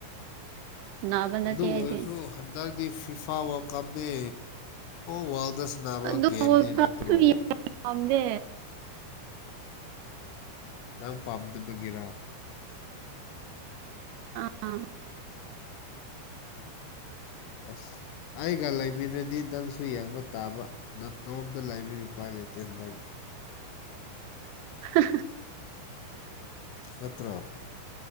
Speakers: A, on the right; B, on the left.
A: ꯅꯥꯕ ꯅꯠꯇꯦ
B: ꯑꯗꯨ
A: ꯑꯩꯗꯤ
B: ꯑꯣꯏꯔꯁꯨ ꯍꯟꯗꯛꯀꯤ ꯐꯤꯐꯥ ꯋ꯭ꯔꯜ ꯀꯨꯞꯇ ꯋ꯭ꯔꯜ ꯗꯥ ꯁꯅꯥꯕ
A: ꯑꯗꯨ
B: ꯒꯦꯝꯅꯤ
A: ꯈꯔꯁꯨ
B: ꯅꯠꯇ꯭ꯔꯣ
A: ꯌꯥꯝꯗꯦ
B: ꯅꯪ ꯄꯥꯝꯗꯕꯒꯤꯔꯥ
A: ꯑꯥ
B: ꯑꯁ ꯑꯩꯒ ꯂꯩꯃꯤꯟꯅꯔꯗꯤ ꯅꯪꯁꯨ ꯌꯦꯡꯕ ꯇꯥꯕ ꯅꯇꯣꯝꯗ ꯂꯩꯕꯒꯤ ꯎꯄꯥꯏ ꯂꯩꯇꯦ ꯅꯪꯗ
A: ꯑ
B: ꯅꯠꯇ꯭ꯔꯣ